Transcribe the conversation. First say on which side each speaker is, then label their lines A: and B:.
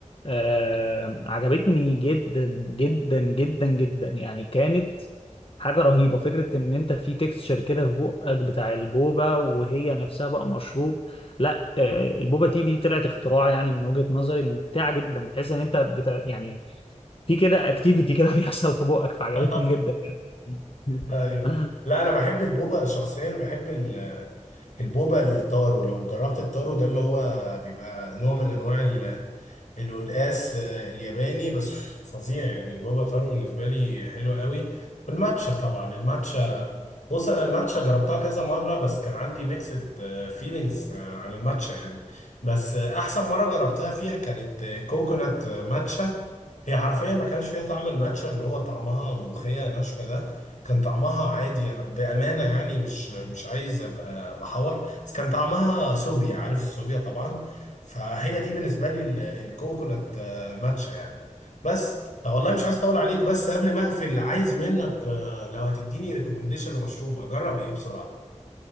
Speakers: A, on the left; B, on the left.
A: آه، عجبتني جدا جدا جدا جدا يعني كانت حاجة رهيبة فكرة ان انت في تكستشر كده في بقك بتاع البوبة وهي نفسها بقى مشروب لا آه، البوبة تي دي طلعت اختراع يعني من وجهة نظري ممتعة جدا بتحس ان انت بتا... يعني في كده اكتيفيتي كده <laughs> بيحصل في بقك فعجبتني
B: <laughs>
A: جدا يعني.
B: ايوه
A: <laughs>
B: لا انا بحب البوبا شخصيا بحب ال- البوبا التارو لو جربت التارو ده اللي هو بيبقى نوع من انواع القلقاس آه، الياباني بس فظيع يعني البابا طارو بالنسبة لي حلو قوي والماتشا طبعا الماتشا بص انا الماتشا جربتها كذا مرة بس كان عندي ميكسد فيلينجز عن الماتشا يعني بس آه، احسن مرة جربتها فيها كانت آه، كوكونات آه، ماتشا هي حرفيا ما كانش فيها طعم الماتشا اللي هو طعمها ملوخية ناشفة ده كان طعمها عادي انا بأمانة يعني مش مش عايز ابقى بحور بس كان طعمها سوبيا عارف السوبيا طبعا فهي دي بالنسبه لي ال- الكوكونات آه، ماتشا يعني بس طب والله مش عايز اطول عليك بس قبل ما اقفل عايز منك آه، لو هتديني ريكومنديشن لمشروب اجرب ايه بسرعه